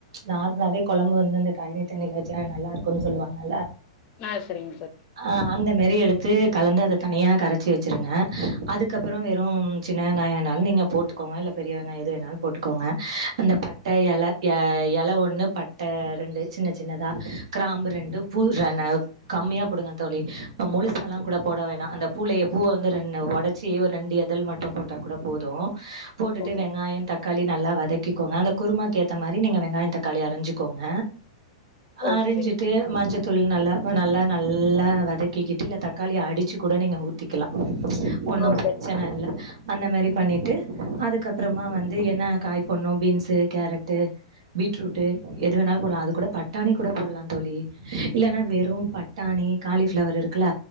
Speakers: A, on the right; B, on the left.
A: நார்மலவே கொழம்பு வந்து அந்த கைந்த தண்ணில வச்சா நல்லா இருக்குன் சொல்லுவாங்கல்ல
B: நா செரிங்க சார்
A: அ அந்த மேரி எடுத்து கலந்து அத தனியா கரச்சி வச்சிருங்க அதுக்கப்ற வெறும் சின்ன வெங்காயணாலு நீங்க போட்டுக்கோங்க இல்ல பெரிய வெங்காயோ எது வேணாலு போட்டுக்கோங்க அந்த பட் ட்ட எல எல ஒன்னு பட்ட ரெண்டு சின்ன சின்னதா கிராம்பு ரெண்டு பூ ரென கம்மியா போடுங்க தோழி முழுசாலாங் கூட போட வேணா அந்த பூலேயே பூவ வந்து ரெண் ஒடச்சி ஒரு ரெண்டு எத் தழ் மட்டும் போட்டா கூட போது போட்டுட்டு
B: ஓ
A: வெங்காயந் தக் காளி நல்லா வதக்கிகோங்க அந்த குருமாக்கேத்த மாரி நீங்க வெங்காயங் தக்காளி அரிஞ்சுகோங்க
B: ஓ
A: அரிஞ்சிட்டு
B: சரி
A: மஞ்சத்தூள் நல்லா நல நல்லா வதக்கிகிட்டு இல்ல தக்காளிய அடிச்சு கூட நீங்க ஊத்திக்கலா ஒன்னு
B: ஓ
A: பிரச்சன
B: சரி
A: இல்ல அந்த மேரி பண்ணிட்டு அதுக்கப்றமா வந்து என்ன காய் பண்ணு பீன்ஸு கேரட்டு பீட்ரூட்டு எது வேணாலு போட்லா அது கூட பட்டாணி கூட போட்லாந் தோழி இல்லனா வெ டாணி காலிஃபிளவர் இருக்குல